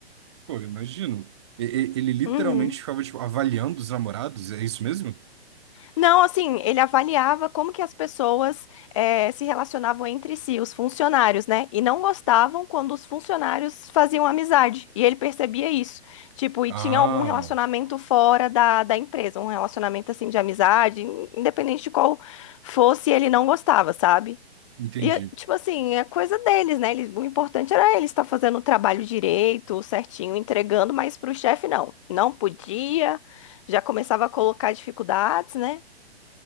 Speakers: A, on the right; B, on the left.
A: Pô, eu imagino. E- e- Ele literalmente
B: Uhum.
A: ficava, tipo, avaliando os namorados, é isso mesmo?
B: Não, assim, ele avaliava como que as pessoas eh, se relacionavam entre si, os funcionários, né? E não gostavam quando os funcionários faziam amizade. E ele percebia isso. Tipo, e
A: Ah,
B: tinha algum relacionamento fora da, da empresa, um relacionamento assim de amizade, in- independente de qual fosse, ele não gostava, sabe?
A: entendi.
B: E, eh, tipo assim, é coisa deles, né? Eles- o importante era ele estar fazendo o trabalho direito, certinho, entregando, mas pro chefe não. Não podia, já começava a colocar dificuldades, né?